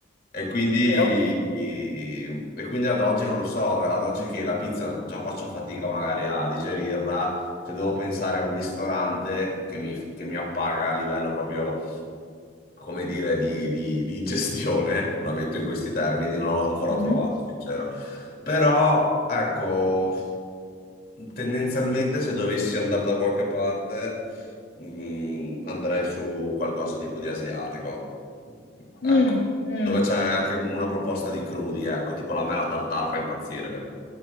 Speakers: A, on the left; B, on the left.
A: E quindi,
B: vero.
A: e quindi ad oggi non lo so, ad oggi che la pizza già faccio fatica magari a digerirla, cioè devo pensare a un ristorante che mi, che mi appaga a livello proprio come dire, di, di- di gestione, <laughs> la metto in questi termini, non l'ho ancora
B: Mhm.
A: trovato, sincero. Però, ecco, tendenzialmente se dovessi andare da qualche parte, mh, andrei su qualcosa tipo di asiatico. Ecco,
B: Mh, mh,
A: dove c'è anche
B: mh.
A: una proposta di crudi, ecco, tipo la mela tartare fa impazzire.